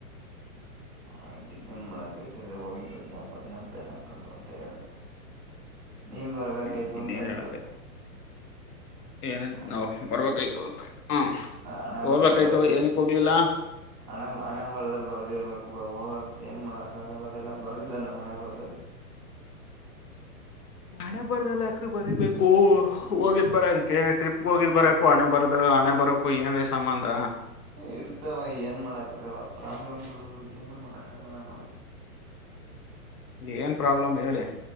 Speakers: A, in the centre; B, on the left.
A: ಆಯ್ತ ನನ್ ಮಾಡ. ತ ಹೋಗಿದ್ನ್ನಪ್ಪ ಇನ್ನಪನ ಹಕೊಂಡು ಅಂತ ಹೇಳ್ದ. ನೀನ್ ಬರ್ಬೇಕಾಯ್ತು
B: ಹ್ಮ್ ಇನ್ನೇನ್
A: ಅಂತಂದ್ರು.
B: ಹೇಳಕಾಯ್ತು ಏನಂತ
A: ಹ್ಮ
B: ನಾವು ಬರ್ಬೇಕಾಯ್ತು ಅಂತ ಹ
A: ಹಣೆ
B: ಹೋಗಬೇಕಾಯ್ತು
A: ಬರ್ದಲ್ ಬರ್ದಿರ್
B: ಏನಕ್ಕೆ ಹೋಗ್ಲಿಲ್ಲ.
A: ಹಣೆ ಹಣೆ ಬರದಲ್ಲಿ ಬರ್ದಿರ್ಬೇಕು ಹೋಗಕ್ ಏನ್ ಮಾಡಕ್ ಆಗಲ್ಲದೆಲ್ಲಾ ಬರ್ದಿಲ್ಲ ನಮ್ಮ್ ಹಣೆ ಬರದಲ್ಲಿ.
B: ಮಣೆ ಬರ್ದಲ್ಲ ಅಕ್ರ ಬರಿೀಬೇಕು ಕ್ಕೂ
A: ಹ್ಮ್
B: ಹೋಗಿದ್ ಬರದಕಕ್ಕೆ ಟ್ರಿಪ್ ಹೋಗಿದ್ ಬರಕ್ಕು ಅಣೆ ಬರದು ಹಣೆ ಬರಕ್ಕು ಏನ್ೇ ಸಂಬಂಧ
A: ಇರ್ತವ ಏನ್ ಮಾಡಕ್ ಆಗಲ್ಲ ಪ್ರಾಬ್ಲಮ್ಗಳು ಏನು ಮಾಡಕ್ಕ ಆಗಲ್ಲ ನಾವು
B: ಇ ಏನ್ ಪ್ರಾಬ್ಲಮ್ ಹೇಳಿ